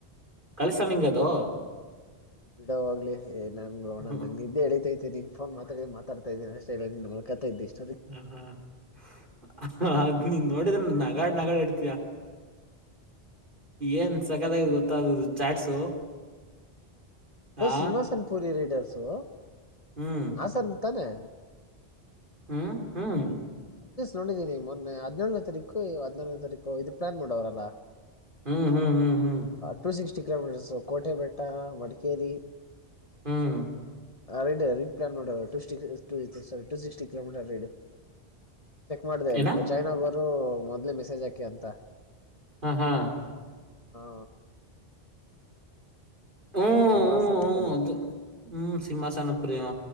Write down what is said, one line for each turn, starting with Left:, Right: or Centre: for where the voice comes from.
Right: ಕಳ್ಸನಂಗ ಅದು
Left: ಬಿಡವಾಗ್ಲಿ ನನ್ೋಣಂದಂಗಗೆ
Right: ಹ್ಮ್
Left: ನ ಇದಿದ್ದೆ ಹಿತತೈತೆ ನೀನ್ ಫೋನ್ ಮಾತಾಡ ಮಾತಾಡ್ತ ಕತೈ ಇದಷ್ಟ
Right: ಹ್ಮ ಹ್ಮ ಹ ಅದ್ ನೀನ್ ನೋಡಿದ್ರ ನಗಾಡ್ ನಗಾಡ್ ಇಡ್ತಯ ಏನ್
Left: ನೋಡೋಣ
Right: ಸಕ್ಕತ್ಗ
Left: ಬಿಡು
Right: ಗೊತ್ತಾದ ಚಾಟ್ಸು ಆ
Left: ಸಿಹಾಸನ್ ಪುರಿ ರೀಡರ್ಸು
Right: ಹ್ಮ್
Left: ಹಾಸನ್ಂತಾನೆ
Right: ಹ್ಮ್ ಹ್ಮ್
Left: ನೋಡಿದೀನಿ ಮೊನ್ನೆ ಹದಿನೇಳನೇ ತೀ ಹದಿನಲ್ನೇ ತಾರೀಕು ಇದು ಪ್ಲಾನ್ ಮಾಡೋವರಲ್ಲಾ
Right: ಹ್ಮ್ ಹ್ಮ್ ಹ್ಮ್ ಹ್ಮ್
Left: ಟು ಸಿಕ್ಸ್ಟಿ ಕಿಲೋಮೀಟರ್ ಕೋಟೆ ಬೆಟ್ಟ ಮಡಿಕೇರಿ
Right: ಹ್ಮ್
Left: ಆ ರ ರಡ್ ಪ್ಲಾನ್ ಮಾಡ ಟ ಸಿಟಿ ಕಿಲೋಮೀಟರ್ ರೈಡ್ ಚೆಕ್ ಮಾಡ್ದ
Right: ಏನ
Left: ಜಾಯ್ನ್ ಆಗೋರು ಮೊದ್ಲ ಮೆಸೇಜ್ ಹಾಕಿ ಅಂತ
Right: ಹಾ ಹಾ
Left: ಹಾ
Right: ಹ್ಮ್
Left: ಸಿಂಹಾಸನಪುರಿ
Right: ಹ್ಮ ಹ್ಮ್ ಅದು ಹ್ಮ್ ಸೀಂಮಾಸನಪುರ